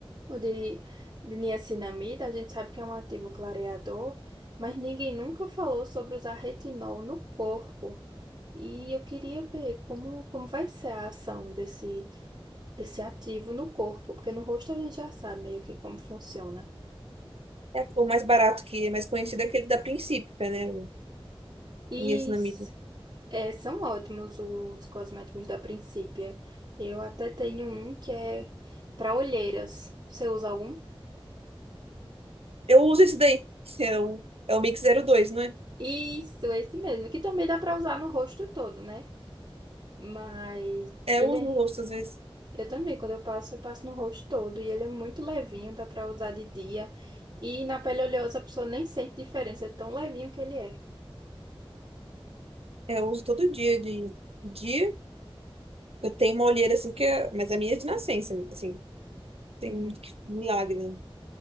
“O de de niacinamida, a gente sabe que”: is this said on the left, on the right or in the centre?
Right